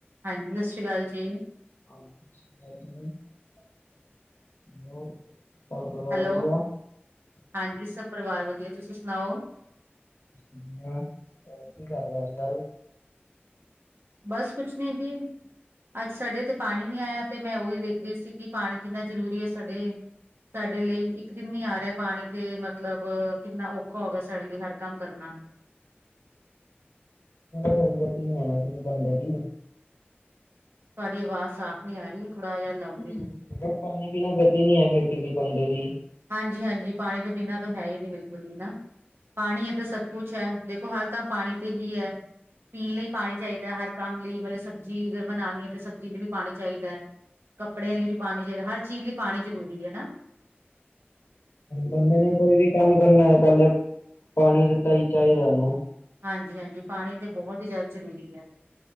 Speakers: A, on the right (about 70°); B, on the left (about 75°).
A: ਹਾਂਜੀ ਸਤਿ ਸ਼੍ਰੀ ਅਕਾਲ ਜੀ।
B: ਹਾਂਜੀ ਸਤਿ ਸ੍ਰੀ ਆਕਾਲ ਜੀ ਹੋਰ ਘਰ ਪਰਿਵਾਰ
A: ਹੈਲੋ
B: ਵਧੀਆ।
A: ਹਾਂਜੀ ਸਭ ਪਰਿਵਾਰ ਵਧੀਆ ਤੁਸੀਂ ਸੁਣਾਓ।
B: ਵਧੀਆ ਕੀ ਕਰ ਰਹੇ ਅੱਜ ਕੱਲ।
A: ਬਸ ਕੁਛ ਨੀ ਜੀ। ਅੱਜ ਸਾਡੇ ਇਥੇ ਪਾਣੀ ਨੀ ਆਇਆ ਤੇ ਮੈਂ ਉਹੀ ਵੇਖ ਰਹੀ ਸੀ ਕਿ ਪਾਣੀ ਕਿੰਨਾ ਜ਼ਰੂਰੀ ਐ ਸਾਡੇ ਸਾਡੇ ਲਈ ਇੱਕ ਦਿਨ ਨੀ ਆ ਰਿਹਾ ਪਾਣੀ ਤੇ ਮਤਲਬ ਕਿੰਨਾ ਔਖਾ ਹੋ ਗਿਆ ਸਾਡੇ ਲਈ ਹਰ ਕੰਮ ਕਰਨਾ।
B: ਫਿਰ ਗਤੀ ਲਣੇ ਕਿਸੇ ਬੰਦੇ ਦੀ। <inaudible>
A: ਤੁਹਾਡੀ ਆਵਾਜ਼ ਸਾਫ ਨਹੀਂ ਆ ਰਹੀ ਥੋੜ੍ਹਾ ਜਿਹਾ। ਲਾਊਡਲੀ
B: ਮੇ
A: ਬੋਲੋ
B: ਕਿਹਾ ਪਾਣੀ ਬਿਨਾ ਗਤੀ ਨੀ ਹੈ ਫਿਰ ਕਿਸੇ ਬੰਦੇ ਦੀ।
A: ਹਾਂਜੀ, ਹਾਂਜੀ ਪਾਣੀ ਦੇ ਬਿਨਾਂ ਤਾਂ ਹੈ ਹੀ ਨਹੀਂ ਬਿਲਕੁਲ ਹੀ ਨਾ। ਪਾਣੀ ਐ ਤਾਂ ਸਭ ਕੁਛ ਐ, ਦੇਖੋ ਹਰ ਕੰਮ ਪਾਣੀ ਤੇ ਹੀ ਹੈ। ਪੀਣ ਲਈ ਪਾਣੀ ਚਾਹੀਦਾ ਹਰ ਕੰਮ ਲਈ ਮਤਲਬ ਸਬਜ਼ੀ ਅਗਰ ਬਣਾਣੀ ਐ ਤਾਂ ਸਬਜ਼ੀ ਲਈ ਵੀ ਪਾਣੀ ਚਾਹੀਦਾ ਐ। ਕੱਪੜਿਆਂ ਲਈ ਵੀ ਪਾਣੀ ਚਾਹੀਦਾ, ਹਰ ਚੀਜ਼ ਲਈ ਪਾਣੀ ਜ਼ਰੂਰੀ ਐ ਨਾ।
B: ਬੰਦੇ ਨੇ ਕੋਈ ਵੀ ਕੰਮ ਕਰਨਾ ਐ, ਪਹਿਲੇ ਪਾਣੀ ਤਾ ਈ ਚਾਹੀਦਾ ਓਹਨੂੰ।
A: ਹਾਂਜੀ, ਹਾਂਜੀ ਪਾਣੀ ਤੇ ਬਹੁਤ ਹੀ ਜਾਦਾਂ ਜ਼ਰੂਰੀ ਐ।